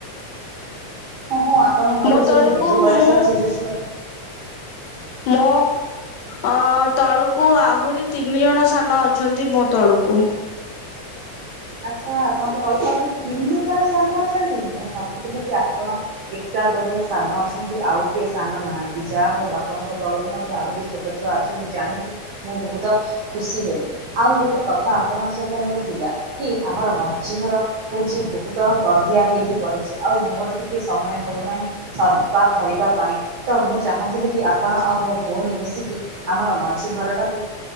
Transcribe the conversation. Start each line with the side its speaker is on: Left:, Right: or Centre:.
Right: ଓ ହୋ ଆପଣଙ୍କ ଘର
Left: ମୋ
Right: ସେ
Left: ତଳକୁ
Right: ଯୋଉ ଗେଣ୍ଡୁ ବୟସର
Left: ମୁଁ
Right: ସେ ଯୋଉ ଛୁଆଟା
Left: ମୋ ଅ ତଳକୁ ଆହୁରି ତିନି ଜଣ ସାନ ଅଛନ୍ତି ମୋ ତଳକୁ।
Right: ଆଚ୍ଛା ଆପଣଙ୍କ ତଳ ଆହୁରି ତିନି ଜଣ ସାନ ଅଛନ୍ତି ମୁଁ ଭାବୁଥିଲି କି ଆପଣ ଏକା ବୋଧେ ସାନ ଅଛନ୍ତି ଆଉ କିଏ ସାନ ନାହାନ୍ତି ଯାହା ହଉ ଆପଣଙ୍କ ତଳକୁ ମଧ୍ୟ ଆହୁରି ଛୋଟ ଛୋଟ ଛୁଆ ଅଛନ୍ତି ଜାଣିକି ମୁଁ ବହୁତ ଖୁସି ହେଲି ଆଉ ଗୋଟେ କଥା ଆପଣଙ୍କ ସହିତ ମୋର ଥିଲା କି ଆମର ମଝି ଘର ହଉଛି ବହୁତ ଗନ୍ଧିଆ ହେଇକି ପଡିଛି ଆଉ ମୋର ଟିକେ ସମୟ ହେଉନାହିଁ ସଫଫା କରିବା ପାଇଁ। ତ ମୁଁ ଚାହୁଁଥିଲି କି ଆପଣ ଆଉ ମୋ ଭଉଣୀ ମିଶିକି ଆମର ମଝି ଘର ଟାକୁ